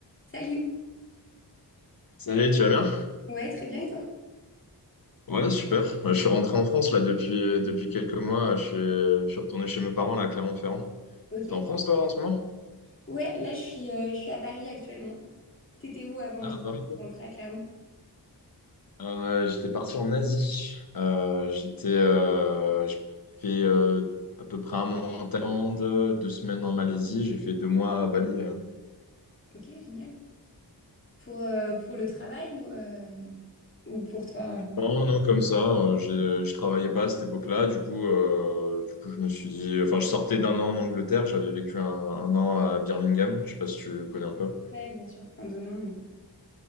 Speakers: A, on the left; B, on the left.
A: Salut.
B: Salut, tu vas bien?
A: Ouais, très bien et toi?
B: Ouais, super. Bah, Je suis rentré en France là depuis, euh, depuis quelques mois. Je suis, je suis retourné chez mes parents là à Clermont-Ferrand.
A: Ok.
B: T'es en France toi en ce moment?
A: Ouais, là je suis, euh, je suis à Paris actuellement. T'étais où avant
B: Ah,
A: de,
B: à Paris,
A: de
B: cool.
A: rentrer à Clermont?
B: Euh, j'étais parti en Asie. Euh, j'étais, euh, j'ai fait euh, à peu près un mois en Thaïlande, deux semaines en Malaisie. J'ai fait deux mois à Bali. euh.
A: Ok, génial. Pour, euh, pour le travail ou, euh, ou pour toi?
B: Non, non, comme ça. euh, j'ai- je travaillais pas à cette époque-là. Du coup, euh, du coup, je me suis dit. Enfin, je sortais d'un an en Angleterre. J'avais vécu un, un an à Birmingham. Je sais pas si tu connais un peu.
A: Ouais, bien sûr. Enfin, de non, mais.